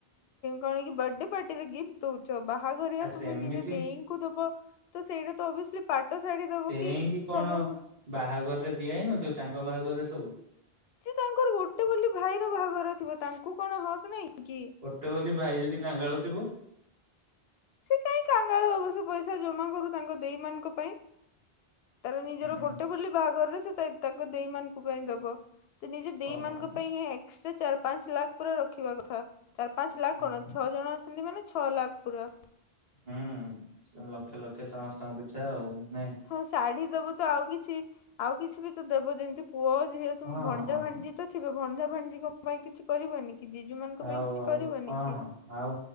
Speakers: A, on the left; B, on the right.
A: କଣ କି ବଡେ ପାର୍ଟିରେ ଗିଫ୍ଟ ଦଉ ଉଚ। ବାହାଘରିଆ
B: ଆ ସେମିତି
A: ତୁମେ ନିଜ ଦେଇଙ୍କୁ ଦବ ତ ସେଇଟା ତ ଅବିଅସ୍ଲୀ ପାଟ ଶାଢୀ ଦବ
B: ତେଇଁକି
A: କି
B: କଣ
A: ସମ
B: ବାହାଘରରେ ଦିଆହଇନଥିବ ତାଙ୍କ ବାହାଘରରେ ସବୁ
A: ଯେ ତାଙ୍କର ଗୋଟେ ବୋଲି ଭାଇର ବାହାଘର ଥିବ ତାଙ୍କୁ କଣ ହକ ନାଇଁ କି
B: ତୋର ଭାଇ ଯଦି କାଙ୍ଗାଳଥିବ?
A: ସେ କାଇ କାଙ୍ଗାଳ ହବ। ସେ ପଇସା ଜମା କରୁ ତାଙ୍କ ଦେଇ ମାନଙ୍କ ପାଇଁ। ତାର ନିଜର
B: ହୁଁ
A: ଗୋଟେ
B: ହୁଁ
A: ବୋଲି ବାହାଘରରେ ସେ ତାଙ୍କ ଦେଇମାନଙ୍କ ପାଇଁ ଦବ। ତ ନିଜ ଦେଇ
B: ଓହୋ
A: ମାନଙ୍କ ପାଇଁ ଏକ୍ସଟ୍ରା ଚାରି ପାଞ୍ଚ ଲାଖ ପୁରା ରଖିବା କଥା। ଚାରି ପାଞ୍ଚ ଲାଖ
B: ହଁ
A: କଣ
B: ହୁଁ
A: ଛଅ ଜଣ ଅଛନ୍ତି ମାନେ ଛଅ ଲାଖ ପୁରା।
B: ହୁଁ ଲକ୍ଷେ ଲକ୍ଷେ ସମସ୍ତଙ୍କ ପିଛା ଆଉ ନାଇଁ।
A: ହଁ ଶାଢୀ ଦବ ତ ଆଉ କିଛି ଆଉ କିଛି ବି ତ ଦେବ ଯେମିତି ପୁଅ, ଝିଅ ତମ
B: ହଁ
A: ଭଣଜା,
B: ହଁ
A: ଭାଣିଜି ତ ଥିବ ଭଣଜା, ଭାଣିଜିଙ୍କ ପାଇଁ କିଛି କରିବନି କି। ଜିଜୁ ମାନଙ୍କ
B: ଆଉ
A: ପାଇଁ କିଛି
B: ଆଉ
A: କରିବନି
B: ହଁ
A: କି।
B: ହଁ ଆଉ